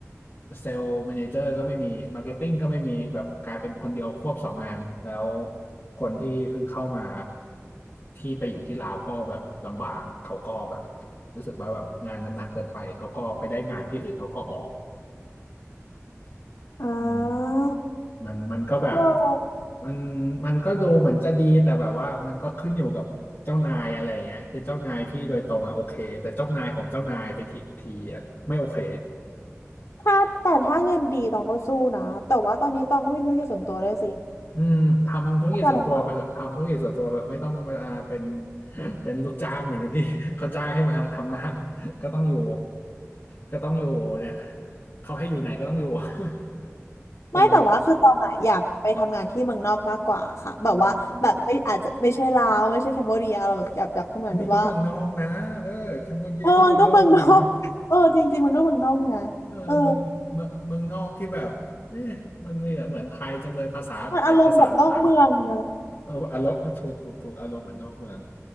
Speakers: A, on the left; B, on the left.
A: เซลล์แมเนเจอร์ก็ไม่มีมาร์เก็ตติ้งก็ไม่มีแบบกลายเป็นคนเดียวควบสองงานแล้วคนที่เพิ่งเข้ามาที่ไปอยู่ที่ลาวก็แบบลำบากเขาก็แบบรู้สึกว่าแบบงานมันหนักเกินไปเขาก็ไปได้งานที่อื่นเขาก็ออก
B: อ่
A: อืม
B: า
A: มันมันก็แบบ
B: โอ้
A: มันมันก็ดูเหมือนจะดีแต่แบบว่ามันก็ขึ้นอยู่กับเจ้านายอะไรเงี้ยคือเจ้านายพี่โดยตรงอ่ะโอเคแต่เจ้านายของเจ้านายไปทีทีอ่ะไม่โอเค
B: ถ้าแต่ถ้าเงินดีตองก็สู้นะแต่ว่าตอนนี้ตองก็มีธุรกิจส่วนตัวด้วยสิ
A: อืมทำธุรกิจส่วนตัวไปเถอะทำธุรกิจส่วนตัวไปเถอะไม่ต้องมาเป็น
B: ก็จะลำบาก
A: เป็นลูกจ้างเหมือนพี่ <laughs> เขาจ้างให้มาทำงาน <laughs> ก็ต้องอยู่ก็ต้องอยู่เนี่ยเขาให้อยู่ไหนก็ต้องอยู่ <laughs> แต่ยัง
B: ไม่แต่ว่าคือตองอ่ะอยากไปทำงานที่เมืองนอกมากกว่าค่ะแบบว่าแบบไม่อาจจะไม่ใช่ลาวไม่ใช่แคมโบเดียเราแบบอยากอยากทำงานที่ว่า
A: อืมอืมอันนี้ก็เมืองนอกนะเออแคมโบเดียก็เมืองนอกนะ
B: เออมันก็เมืองนอกเออจริงๆมันก็เมืองนอกนะเออ
A: เออเมืองเมืองเมืองนอกที่แบบเอ๊ะมันไม่เหมือนไทยจังเลยภาษาแต่ภาษาอ่าน
B: มันอารมณ์แบบนอกเมืองนะ
A: เอออารมณ์ถูกถูกถูกอารมณ์เหมือนนอกเมือง